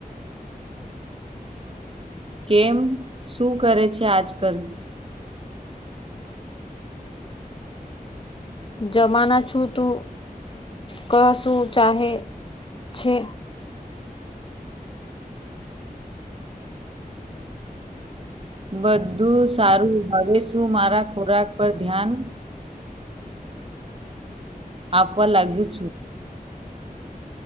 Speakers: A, on the right (about 40°); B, on the left (about 35°).
A: કેમ? શું કરે છે આજકલ?
B: જમાના છું તું કશું ચાહે છે.
A: બધું સારું હવે શું મારા ખોરાક પર ધ્યાન આપવા લાગી છું.